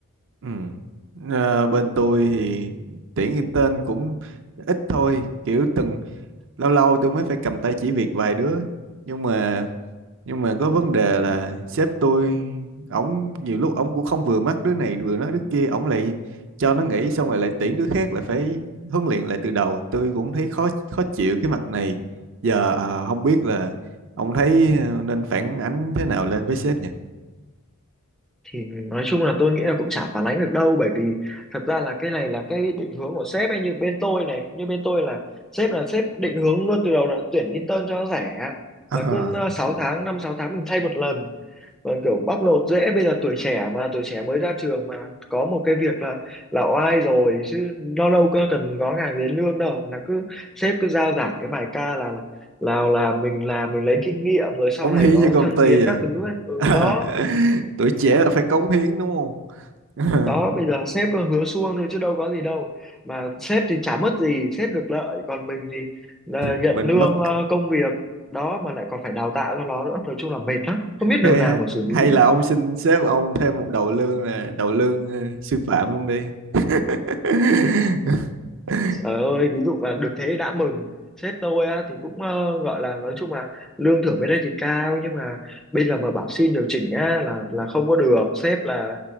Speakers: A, on the right; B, in the centre.
A: Ừ. Ờ, bên tôi thì tuyển intern cũng ít thôi kiểu từng lâu lâu tôi mới phải cầm tay chỉ việc vài đứa nhưng mà nhưng mà có vấn đề là sếp tôi ổng nhiều lúc ổng cũng không vừa mắt đứa này vừa nói đứa kia ổng lại cho nó nghỉ xong rồi lại tuyển đứa khác lại phải huấn luyện lại từ đầu tôi cũng thấy khó khó chịu cái mặt này giờ à, không biết là ông thấy ờ, nên phản ánh thế nào lên với sếp nhỉ
B: thì nói chung là tôi nghĩ là cũng chả phản ánh được đâu bởi vì thật ra là cái này là cái định hướng của sếp ấy như bên tôi này như bên tôi là sếp là sếp định hướng luôn từ đầu là tuyển intern cho nó rẻ
A: à,
B: là cứ 6 tháng 5 6 tháng mình thay một lần Vâng, kiểu bóc lột dễ bây giờ tuổi trẻ mà tuổi trẻ mới ra trường mà có một cái việc là là oai rồi chứ nó đâu có cần ngó ngàng đến lương đâu là cứ sếp cứ giao giảng cái bài ca là là là, là mình làm mình lấy kinh nghiệm rồi sau
A: cống
B: này
A: hiến
B: có
A: cho công
B: thăng
A: ty
B: tiến
A: à,
B: các thứ ấy. Ừ
A: <laughs>
B: đó
A: tuổi trẻ
B: đó
A: là phải cống hiến đúng không <laughs>
B: đó bây giờ sếp cứ hứa suông thôi chứ đâu có gì đâu mà sếp thì chả mất gì sếp được lợi còn mình thì ờ, nhận
A: mình
B: lương
A: mất
B: ờ, công việc đó mà lại còn phải đào tạo cho nó nữa nói chung là mệt lắm không biết
A: Ê,
B: đường nào mà xử lý
A: hay
B: thôi
A: là ông xin sếp ông thêm một đầu lương là đầu lương ờ, sư phạm luôn đi <laughs>
B: Trời ơi, ví dụ mà được thế đã mừng. Sếp tôi á, thì cũng ờ, gọi là nói chung là lương thưởng bên đây thì cao nhưng mà bây giờ mà bảo xin điều chỉnh á là là không có được. Sếp là